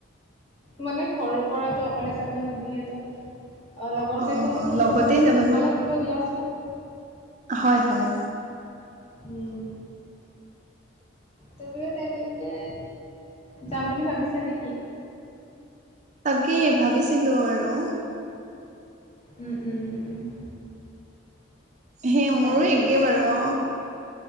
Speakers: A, on the left (about 30°); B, on the right (about 35°).
A: মানে ঘৰৰ পৰাতো অকলে যাব নিদিয়ে তো অ লগৰ
B: অ
A: কেইজনীকো
B: লগতেই
A: চবকে
B: যাব
A: সুধিব
B: লি
A: লাগিব দিয়াচোন
B: হয় হয়।
A: হম। তুমিও তেনেকে যাম বুলি ভাবিছা নেকি
B: তাকেই ভাবিছিলো আৰু
A: উম উম।
B: সেই
A: তাকে।
B: মোৰো একে বাৰু